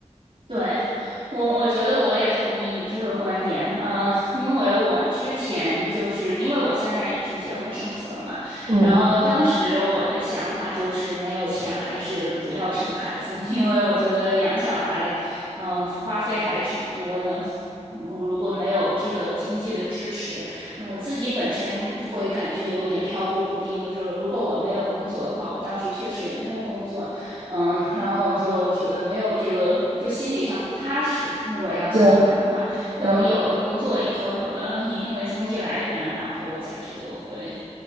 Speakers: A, on the right (about 50°); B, on the right (about 80°).
A: 对，我我觉得我也同意你这个观点，嗯、因为我之前就是因为我现在已经结婚生子了嘛，
B: 嗯，
A: 然后当时我的想法就是没有钱还是不要生孩子，<laughs> 因为我觉得养小孩，嗯、花费还挺多的，嗯如果没有这个经济的支持，嗯、自己本身会感觉有点飘忽不定，就是如果我没有工作的话，我当时确实也没有工作。嗯，然后就觉得没有这个，就心理上不踏实。如果要小孩的话，
B: 对
A: 等有了工作以后，
B: 对
A: 有了一定的经济来源，然后我才觉得会